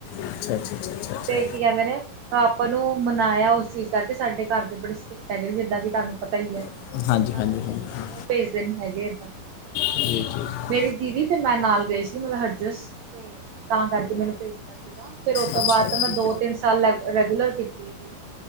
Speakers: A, on the left; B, on the right.
A: ਅੱਛਾ ਅੱਛਾ ਅੱਛਾ ਅੱਛਾ
B: ਤੇ ਕੀ ਕਹਿੰਦੇ ਨੇ ਆਪਪ ਨੂੰ ਮਨਾਇਆ ਉਸ ਚੀਜ਼ ਕਰਕੇ ਸਾਡੇ ਘਰ ਦੇ ਬੜੇ ਸਿਕਟ ਹੈਗੇ ਜਿੱਦਾਂ ਕਿ ਤੁਹਾਨੂੰ ਪਤਾ ਹੀ ਹੈਾ
A: ਅੱਛਾ ਹਾਂਜੀ ਹਾਂਜੀ ਹਾਂਜੀ
B: ਤੇ ਉਹ ਭੇਜਦੇ ਨੀ ਹੈਗੇ ਏਦਾਂ ਤੇ
A: ਜੀ ਜੀ
B: ਮੇਰੀ ਦੀਦੀ ਤੇ ਮੈਂ ਨਾਲ ਗਈ ਸੀ ਮਤਲਬ ਹਰਜਸ ਤੇ ਤਾਂ ਕਰਕੇ ਮੈਨੂੰ ਭੇਜਤਾ ਸੀ ਫੇਿਰ ਉਹ ਤੋਂ
A: ਅੱਛਾ
B: ਬਾਅਦ
A: ਅੱਛਾ
B: ਮੈਂ ਦੋ ਤਿੰਨ ਸਾਲ ਰੈਗੂਲਰ ਕੀਤੀ ਹੈ ਜਿੰਮ